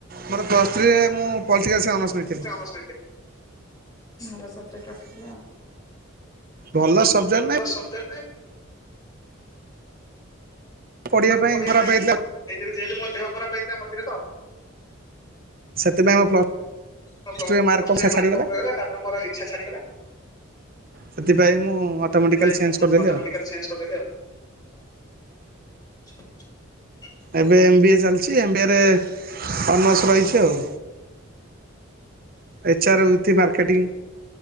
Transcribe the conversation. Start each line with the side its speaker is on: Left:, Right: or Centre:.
Right: ମୋର ପ୍ଲସ୍ ଥ୍ରୀରେ ମୁଁ ପଲିଟିକାଲସରେ ଅନର୍ସ ନେଇଥିଲି।
Left: କସ୍ମେଟିକ୍ ଭଲ ସବଜେକ୍ଟ ରଖିଥିଲେ ଆଉ
Right: ଭଲ ସବଜେକ୍ଟ ନାଇଁ
Left: ଭଲ ସବଜେକ୍ଟ ନାଇଁ
Right: ପଢ଼ିବା
Left: ପଢିବା
Right: ଖରାପ
Left: ପାଇଁ
Right: ହେଇଥିଲା
Left: ଦେଇଥିଲି, ଯେହେତୁ ମୋର ଦେହ ଖରାପ ହେଇଥିଲା ମଝିରେ ତ।
Right: ସେଥିପାଇଁ ମୋ ପ୍ଲସ୍
Left: ଆଚ୍ଛା
Right: ଟୁରେ
Left: ପ୍ଲଷ୍ଟୁ
Right: କମ୍
Left: ରେ
Right: ଛାଡ଼ିଗଲା।
Left: ମାର୍କ କମ ରହିଗଲା, ତାପରେ ମୋର ଇଚ୍ଛା ଛାଡିଗଲା
Right: ସେଥିପାଇଁ ମୁଁ ଅଟୋମେଟିକାଲି
Left: ସେଥିପାଇଁ
Right: ଚେଞ୍ଜ
Left: ମୁଁ
Right: କରିଦେଲି
Left: ଅଟୋମେଟିକାଲ
Right: ଆଉ
Left: ଚେଞ୍ଜ କରିଦେଲି ଆଉ। <inaudible>
Right: ଏବେ ଏମ୍ ବି ଏ ଚାଲିଛି ଏମ୍ ବି ଏରେ ଅନର୍ସ ରହିଛି ଆଉ ଏଚ ଆର ୱିଥ ମାର୍କେଟିଂ।